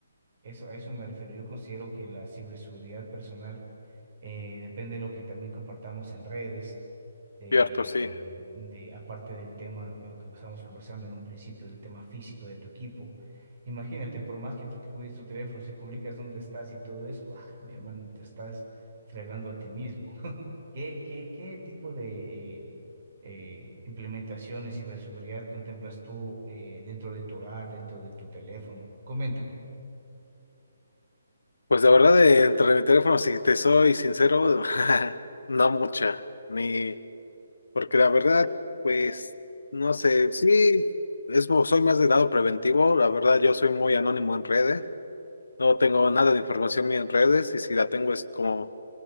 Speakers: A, on the right (about 50°); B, on the left (about 80°).
A: Eso, a eso me refiero. Yo considero que la ciberseguridad personal eh, depende de lo que también compartamos en redes, de,
B: Cierto, sí.
A: de- aparte del tema, de lo que estábamos conversando en un principio, del tema físico de tu equipo. Imagínate, por más que tú te cuides tu teléfono, si publicas dónde estás y todo eso, ah, mi hermano, te estás fregando a ti mismo. <laughs> ¿Qué, qué, qué tipo de eh, eh, implementaciones de ciberseguridad contemplas tú eh, dentro de tu hogar, dentro de tu teléfono? Coméntame.
B: Pues la verdad, de- entre mi teléfono, si te soy sincero, <laughs> no mucha, ni, porque la verdad, pues, no sé, sí, es, mo- soy más de lado preventivo, la verdad, yo soy muy anónimo en redes, no tengo nada de información mía en redes, y si la tengo es como,